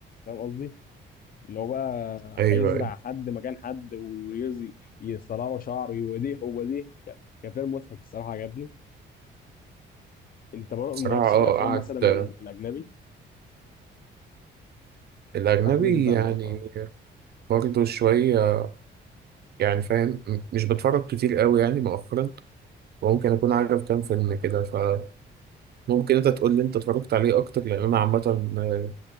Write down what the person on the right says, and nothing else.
ايوه
ايوه
بصراحه
اه
قعد
آه،
الاجنبي
يعني
برضه شوية يعني فاهم م- مش بتفرج كتير قوي يعني مؤخرا وممكن أكون عارف كام فيلم كده فممكن أنت تقول لي أنت اتفرجت عليه أكتر لأن أنا عامة آه،